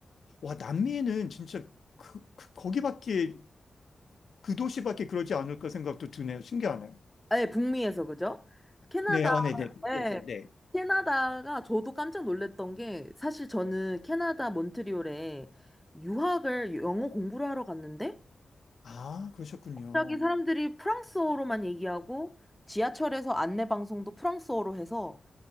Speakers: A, on the left; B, in the centre.
A: 와, 남미에는 진짜 그, 그- 거기밖에, 그 도시밖에 그러지 않을까 생각도 드네요. 신기하네요.
B: 아, 네, 북미에서 그죠? 캐나다
A: 네, 어, 네, 네. 북미에서,
B: 네.
A: 네.
B: 캐나다가 저도 깜짝 놀랐던 게 사실 저는 캐나다 몬트리올에 유학을 영어 공부를 하러 갔는데
A: 아, 그러셨군요.
B: 갑자기 사람들이 프랑스어로만 얘기하고 지하철에서 안내 방송도 프랑스어로 해서